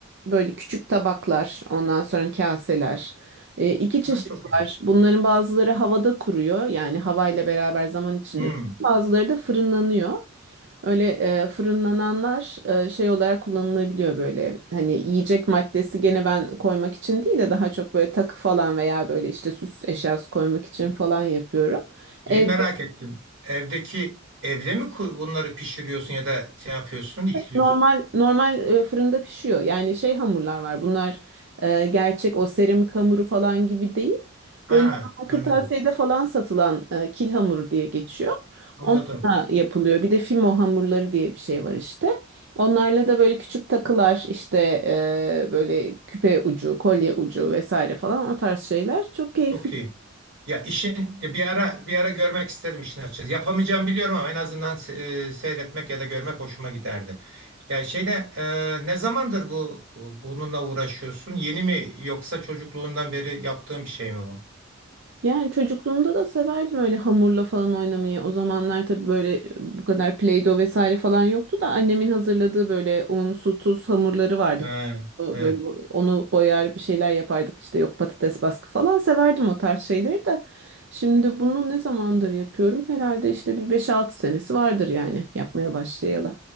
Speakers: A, on the right (about 60°); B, on the right (about 80°).
A: böyle küçük tabaklar ondan sonra kaseler E, iki çeşit
B: Ha, çok iyi.
A: var. Bunların bazıları havada kuruyor yani havayla beraber zaman içinde
B: Hmm.
A: kuruyor. Bazıları da fırınlanıyor. Öyle e, fırınlananlar e, şey olarak kullanılabiliyor böyle. Hani yiyecek maddesi gene ben koymak için değil de daha çok böyle takı falan veya böyle işte süs eşyası koymak için falan yapıyorum. Evde
B: Şeyi merak ettim. Evdeki evde mi ku- bunları pişiriyorsun ya da şey yapıyorsun, işliyorsun?
A: normal normal e, fırında pişiyor. Yani şey hamurlar var. Bunlar e, gerçek o seramik hamuru falan gibi değil.
B: Ha,
A: Böyle normal kırtasiyede
B: anladım.
A: falan satılan e, kil hamuru diye geçiyor.
B: Anladım.
A: Onunla yapılıyor. Bir de fimo hamurları diye bir şey var işte. Onlarla da böyle küçük takılar işte e, böyle küpe ucu, kolye ucu vesaire falan o tarz şeyler çok keyifli.
B: Çok iyi. Ya işin bir ara bir ara görmek isterim işin açıkçası. Yapamayacağım biliyorum ama en azından se- e, seyretmek ya da görmek hoşuma giderdi. Ya şeyde e, ne zamandır bu bununla uğraşıyorsun? Yeni mi yoksa çocukluğundan beri yaptığın bir şey mi bu?
A: Yani çocukluğumda da severdim öyle hamurla falan oynamayı. O zamanlar tabii böyle e, bu kadar Play-Doh vesaire falan yoktu da annemin hazırladığı böyle un, su, tuz hamurları vardı.
B: Ha,
A: Tuzlu
B: evet.
A: Böyle bu- onu boyar bir şeyler yapardık işte yok patates baskı falan severdim o tarz şeyleri de. Şimdi bunu ne zamandır yapıyorum? Herhalde işte bir beş altı senesi vardır yani yapmaya başlayalı.